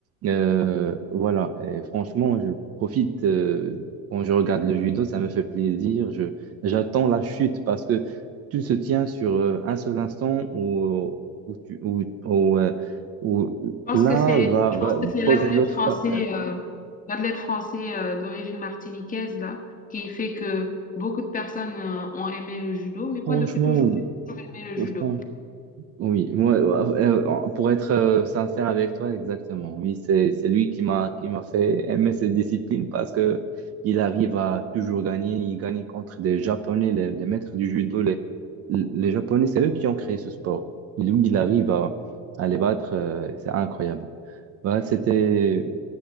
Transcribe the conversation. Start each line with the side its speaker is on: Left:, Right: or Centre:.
Right: Euh, voilà, et franchement, je profite euh, quand je regarde le judo, ça me fait plaisir. Je, j'attends la chute parce que tout se tient sur euh, un seul instant où, euh, où, tu- où- où, euh, où
Left: Je
Right: l'un
Left: pense que c'est,
Right: va,
Left: je
Right: va
Left: pense que c'est
Right: poser
Left: l'athlète
Right: l'autre
Left: français,
Right: par terre.
Left: euh, l'athlète français euh, d'origine martiniquaise là, qui fait que beaucoup de personnes euh, ont aimé le judo. Mais moi,
Right: Franchement,
Left: depuis toujours,
Right: oui.
Left: j'ai toujours aimé le judo.
Right: Euh, Fran- oui, moi, euh, pour être euh, sincère avec toi, exactement. Oui, c'est, c'est lui qui m'a, qui m'a fait aimer cette discipline parce que il arrive à toujours gagner. Il gagne contre des Japonais, les, les maîtres du judo. Les, les Japonais, c'est eux qui ont créé ce sport. Lui, il arrive à, à les battre. euh, c'est incroyable. Voilà, c'était.